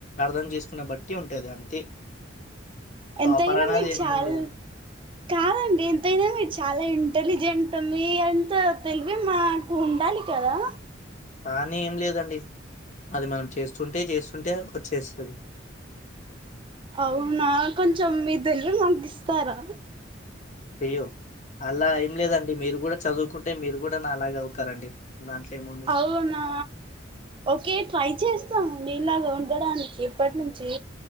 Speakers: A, on the left (about 40°); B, on the right (about 25°).
A: అర్థం జేసుకున్న బట్ ట్టి ఉంటది అంతే
B: ఎంతైనా
A: టాపరనేది
B: మీరు చాలా
A: ఏం లేదు
B: కాదండి ఎంతైనా మీరు చాలా ఇంటెలిజెంట్ మీ అంత తెలివి మాకు ఉండ లి కదా
A: అలానీ ఏం లేదండి అది మనం చేస్తుంటే జేస్తుంటే వచ్చేస్తది
B: అవునా కొంచెం మిక్ దెల్వని మాకిస్తారా
A: అయ్యో అలా ఏం లేదండి మీరు గూడ చదువుకుంటే మీరు గూడ నాలాగ అవుతారండి దాంట్లో ఏముంది
B: అవునా ఓకే ట్రై చేస్తామ్ మీలాగా ఉండడానికి ఇప్పటి నుంచి